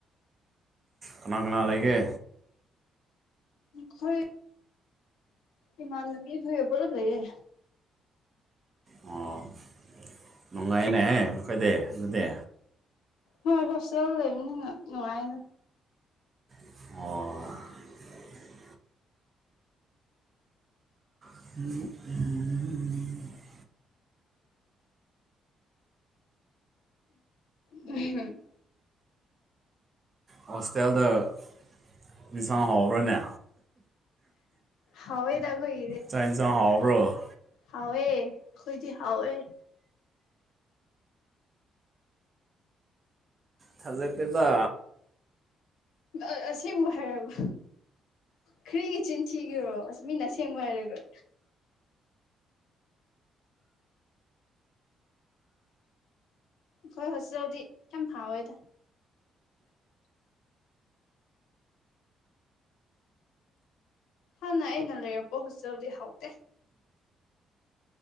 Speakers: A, on the right; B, on the left.
A: ꯀꯅꯥ ꯀꯅꯥ ꯂꯩꯒꯦ
B: ꯊꯣꯏ ꯏꯃꯥꯟꯅꯕꯤ ꯍꫭꯏꯒ ꯄꯨꯂꯞ ꯂꯩꯌꯦ
A: ꯑꯣ ꯅꯨꯡꯉꯥꯏꯅꯦ ꯍ ꯎꯈꯣꯏꯗꯦ ꯑꯗꯨꯗꯦ
B: ꯍꯣꯏ ꯍꯣꯁꯇꯦꯜ ꯂꯩꯕꯅꯤ ꯅꯨꯡꯉꯥꯏꯅ
A: ꯑꯣ ꯎ
B: ꯎꯝ ꯍꯝ
A: ꯍꯣꯁꯇꯦꯜꯗ ꯃꯤꯁꯥꯡ ꯍꯥꯎꯕ꯭ꯔꯥꯅꯦ
B: ꯍꯣꯏꯗꯈꯣꯏ
A: ꯆꯥꯏꯟꯁ ꯍꯥꯎꯕ꯭ꯔꯣ
B: ꯍꯥꯎꯋꯦ ꯈꯣꯏꯗꯤ ꯍꯥꯎꯋꯦ
A: ꯊꯖꯔꯠꯇꯗ
B: ꯑ ꯑꯁꯦꯡꯕ ꯍꯥꯏꯔꯕ ꯈ꯭ꯔꯤꯒꯤ ꯆꯤꯟ ꯊꯤꯒꯤꯔꯣ ꯑꯁ ꯃꯤꯅꯁꯦ ꯑꯁꯦꯡꯕ ꯍꯥꯏꯔꯒ꯭ꯔ ꯍꯣꯏ ꯍꯣꯖꯤꯥꯎꯗꯤ ꯀꯌꯥꯝ ꯍꯥꯎꯋꯦꯗ ꯍꯅ ꯌꯦꯅ ꯂꯩꯕꯁ ꯆꯜꯗꯤ ꯍꯥꯎꯗꯦ